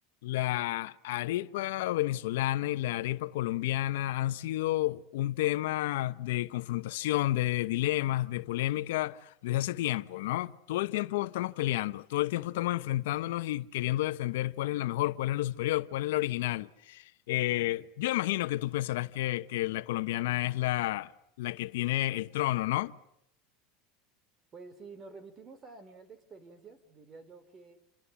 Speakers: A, on the left (about 80°); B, on the right (about 30°).
A: La arepa venezolana y la arepa colombiana han sido un tema de confrontación, de dilemas, de polémica desde hace tiempo, ¿no? Todo el tiempo estamos peleando, todo el tiempo estamos enfrentándonos y queriendo defender cuál es la mejor, cuál es la superior, cuál es la original. Eh, yo imagino que tú pensarás que, que la colombiana es la, la que tiene el trono, ¿no?
B: Pues si nos remitimos a nivel de experiencias, diría yo que